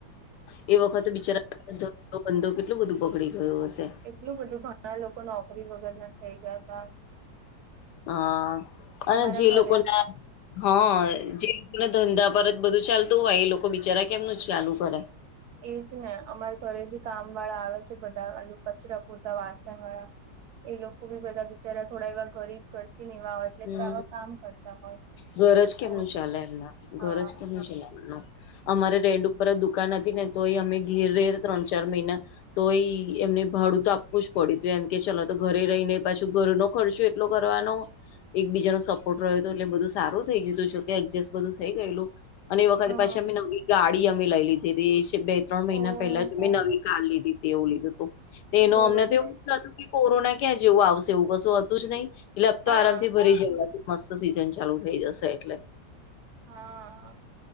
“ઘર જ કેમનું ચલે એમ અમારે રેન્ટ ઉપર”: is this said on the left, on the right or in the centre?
Left